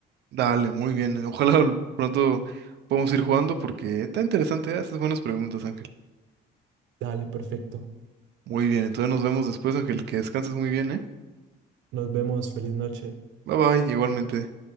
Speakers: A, on the right; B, on the right.
A: Dale, muy bien. eh, Ojalá <laughs> pronto podamos ir jugando porque está interesante. ¿eh? Haces buenas preguntas, Ángel.
B: Dale, perfecto.
A: Muy bien, entonces nos vemos después, Ángel. Que descanses muy bien, ¿eh?
B: Nos vemos, feliz noche.
A: Bye bye, igualmente.